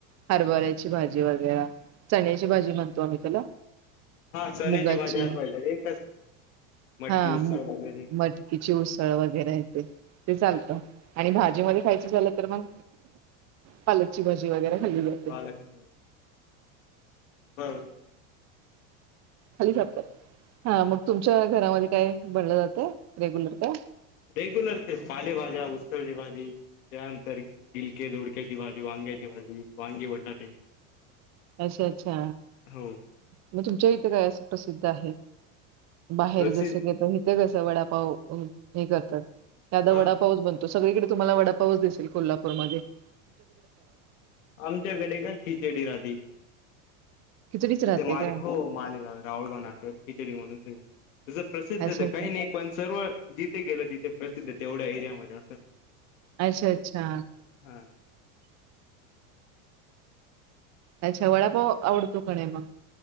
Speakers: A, on the right (about 40°); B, on the left (about 85°).
A: हरभऱ्याची भाजी वगैरां चण्याची भाजी म्हणतो आम्ही त्याला
B: हा चण्याची
A: मुगाची
B: भाजी हरबऱ्या एकच मटकी
A: हा
B: उसळ
A: मु
B: वगैरे
A: मटकीची उसळ वगैरे. ते चालतं आणि भाजी मध्ये खायचं झालं तर मग पालकची भाजी वगैरे खाल्ली जाते
B: वालाची पण <unintelligible>
A: खाली झोपतात हा मग तुमच्या घरामध्ये काय बनलं जातय रेग्युलर काय?
B: रेग्युलर ते पालेभाज्या उसळची भाजी त्यानंतर बलके दोडक्याची भाजी वांग्याची भाजी वांगी बटाटे
A: अच्छा अच्छा
B: हो
A: म तुमच्या इथे काय असं प्रसिद्ध आहे. बाहेर
B: प्रसिद्ध
A: जसं की इथे कस वडापाव हे करतात त्या आता
B: हा
A: वडापावच बनत. तो सगळीकडे तुम्हाला वडापावस दिसेल कोल्हापूरमध्येध्ये
B: आमच्याकडे का खिचडी राहते.
A: खिचडीच राहते
B: इथे माले
A: काय?
B: हो मालेगाव रावळगाव राहतो खिचडी म्हणून जसं प्रसिद्धत
A: अच्छा अच्छा
B: काही नाही पण सर्व जिथे गेलं तिथे प्रसिद्ध ते एवढ्या एरियामध्ये असं.
A: अच्छा अच्छा.
B: हा
A: अच्छा वडापाव आवडतो का नाय मग